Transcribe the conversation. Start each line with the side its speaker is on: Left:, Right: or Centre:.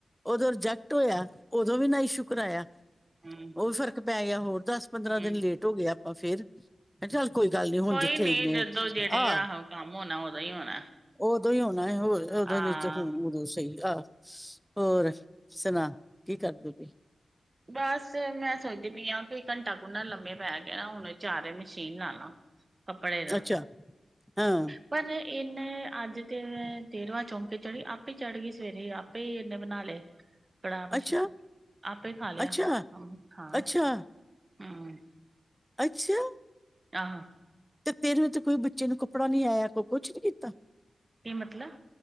Centre: ਓਦੋਂ ਰਿਜੈਕਟ ਹੋਇਆ ਓਦੋਂ ਵੀ ਨ ਇਸ਼ੂ ਕਰਾਇਆ।
Right: ਹੂੰ
Centre: ਓ ਫ਼ਰਕ ਪੈ ਗਿਆ ਹੋਰ ਦਸ ਪੰਦਰਾਂ
Right: ਹੂੰ
Centre: ਦਿਨ ਲੇਟ ਹੋ ਗਿਆ ਆਪਾਂ ਫੇਰ ਚੱਲ ਕੋਈ ਗੱਲ ਨੀ ਹੁਣ
Right: ਕੋਈ
Centre: ਜਿੱਥੇ
Right: ਨੀ
Centre: ਇੰਨੇ
Right: ਜਦੋਂ
Centre: ਹੋ
Right: ਜਿਹੜੇ
Centre: ਆਹ
Right: ਆਹੋ ਕੰਮ ਹੋਣਾ ਉਦੋਂ ਹੀ ਹੋਣਾ
Centre: ਓ ਓਦੋਂ ਈ ਹੋਣਾ ਏ ਹੋਰ ਓਦੋ
Right: ਆਹ
Centre: <unintelligible> <inaudible> <unintelligible> ਆ ਹੋਰ ਸੁਣਾ ਕੀ ਕਰਦੀ ਪਈ
Right: ਬਸ ਮੈਂ ਸੋਚਦੀ ਪਈ ਆ ਕਿ ਘੰਟਾ ਕੁ ਨਾ ਲੰਮੇ ਪੈ ਕੇ ਨਾ ਹੁਣੇ ਜਾ ਕੇ ਮਸ਼ੀਨ ਲਾ ਲਾ ਕੱਪੜੇ ਦਾ
Centre: ਅੱਛਾ ਹਾਂ
Right: ਪਰ ਏਨੇ ਅੱਜ ਤੇ ਤੇਰਵਾਂ ਚੌਂਕੇ ਚੜ੍ਹੀ ਆਪੇ ਚੜ੍ਹਗੀ ਸਵੇਰੇ ਈ ਆਪੇ ਈ ਏਨੇ ਬਨਾ ਲੇ। ਕੜਾਹ
Centre: ਅੱਛਾ
Right: ਆਪੇ ਈ ਖਾ ਲਿਆ
Centre: ਅੱਛਾ
Right: ਹਾਂ ਹੂੰ
Centre: ਅੱਛਾ ਅੱਛਾ।
Right: ਆਹ।
Centre: ਤੇ ਤੇਰੇ ਤੇ ਕੋਈ ਬੱਚੇ ਨੂੰ ਕੱਪੜਾ ਨੀ ਆਇਆ ਕੋ ਕੁਛ ਨੀ ਕੀਤਾ।
Right: ਕੀ ਮਤਲਬ